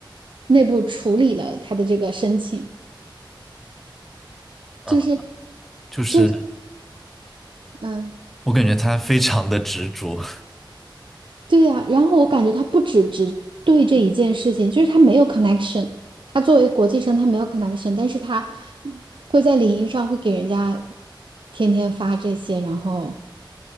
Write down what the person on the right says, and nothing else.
内部处理了他的这个申请，
就是
就是嗯。
对呀，然后我感觉他不只只对这一件事情，就是他没有 connection。他作为国际生，他没有 connection，但是他会在领英上会给人家天天发这些，然后